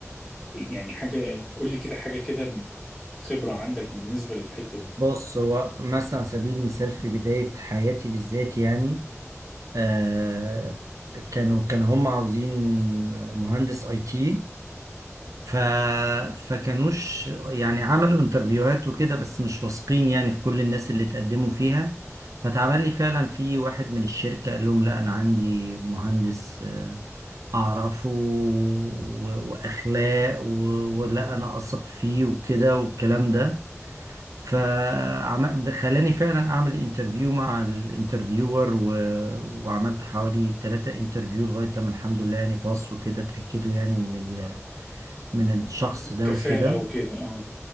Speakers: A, in the centre; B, on the right.
A: يعني حاجه قول لي كده حاجه كده خبره عندك بالنسبه للحته دي
B: بص هو مثلا على سبيل المثال في بداية حياتي بالذات يعني آه كانوا كانوا هم عاوزين مهندس اي تي ف فكانوش يعني عملوا انترفيوهات وكده بس مش واثقين يعني في كل الناس اللي اتقدموا فيها فتعمل لي فعلا في واحد من الشركة قال لهم لا انا عندي مهندس آه، اعرفه و- واخلاق و- ولا انا اثق فيه وكده والكلام ده فخلاني فعلا اعمل انترفيو مع الانترفيور و... وعملت حوالي ثلاثة انترفيو لغاية لما الحمد لله يعني باص وكده اتأكدوا يعني من ال... من الشخص ده
A: كفاءه
B: وكده
A: وكده اه